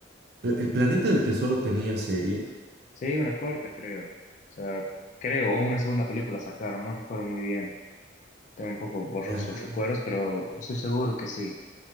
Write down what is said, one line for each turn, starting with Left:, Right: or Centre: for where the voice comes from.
Right: ¿El el Planeta del Tesoro tenía serie?
Left: Sí, una corta, creo. O sea, creo, o una segunda película sacaron, no recuerdo muy bien. Tengo un poco borrosos
Right: Ah,
Left: los recuerdos, pero estoy seguro que sí,